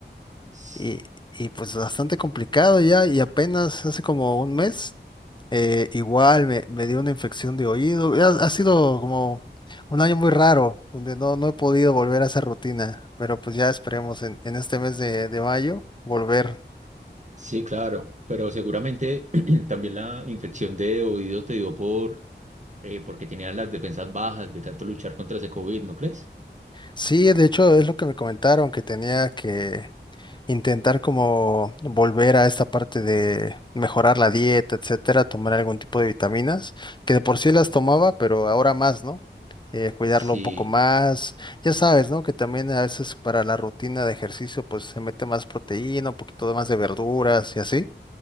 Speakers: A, on the right; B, on the left.
A: S-
B: Y, y pues bastante complicado ya, y apenas hace como un mes, eh, igual me, me dio una infección de oído. Ha, ha sido como un año muy raro, donde no, no he podido volver a esa rutina, pero pues ya esperemos en, en este mes de, de mayo volver
A: Sí, claro. Pero seguramente <clears throat> también la infección de oído te dio por eh, porque tenían las defensas bajas de tanto luchar contra ese COVID, ¿no crees?
B: Sí, de hecho es lo que me comentaron, que tenía que intentar como volver a esta parte de mejorar la dieta, etcétera, tomar algún tipo de vitaminas, que de por sí las tomaba, pero ahora más, ¿no? Eh, cuidarlo
A: Sí,
B: un poco más. Ya sabes, ¿no? Que también a veces para la rutina de ejercicio, pues se mete más proteína, un poquito más de verduras y así,